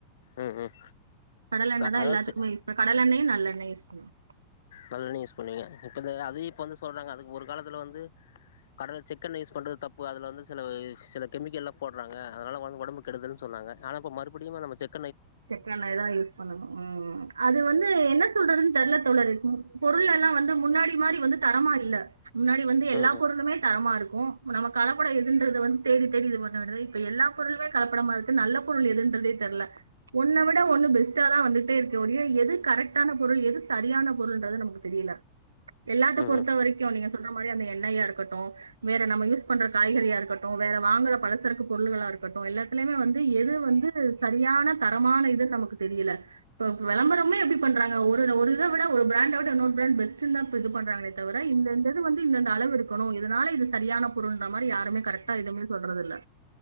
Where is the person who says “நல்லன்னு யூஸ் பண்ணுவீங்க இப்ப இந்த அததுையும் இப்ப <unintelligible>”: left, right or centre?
Left